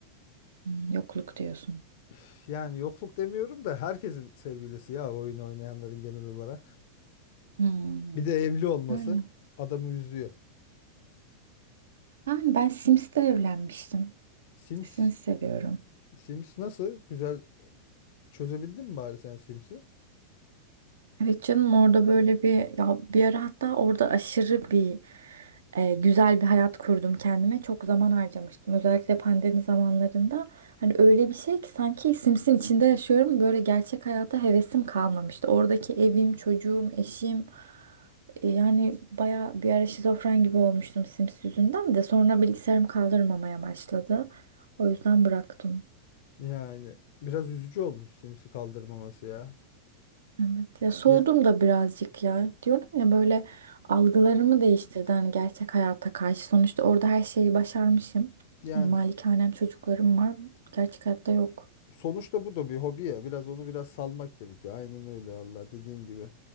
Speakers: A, on the right (about 65°); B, on the left (about 50°).
A: Hmm, yokluk diyorsun.
B: Üf, Yani yokluk demiyorum da herkesin sevgilisi ya oyun oynayanların genel olarak.
A: Hmm.
B: Bir de evli olması
A: Öyle.
B: adamı üzüyor.
A: Yani ben Sims'te evlenmiştim.
B: Sims
A: Sims seviyorum.
B: Sims nasıl? Güzel çözebildin mi bari sen Sims'i?
A: Evet canım orada böyle bir ya bir ara hatta orada aşırı bir e, güzel bir hayat kurdum kendime. Çok zaman harcamıştım. Özellikle pandemi zamanlarında. Hani öyle bir şey ki sanki Sims'in içinde yaşıyorum. Böyle gerçek hayata hevesim kalmamıştı. Oradaki evim, çocuğum, eşim e, yani baya bir ara şizofren gibi olmuştum Sims yüzünden de sonra bilgisayarım kaldırmamaya başladı. O yüzden bıraktım.
B: Yani biraz üzücü olmuş Sims'i kaldırmaması ya.
A: Evet ya soğudum
B: Ya
A: da birazcık ya. Diyorum ya böyle algılarımı değiştirdi hani gerçek hayata karşı. Sonuçta orada her şeyi başarmışım.
B: yani
A: Hani malikanem çocuklarım var. Gerçek hayatta yok.
B: sonuçta bu da bir hobi ya. Biraz onu biraz salmak gerekiyor. Aynen öyle Allah dediğin gibi.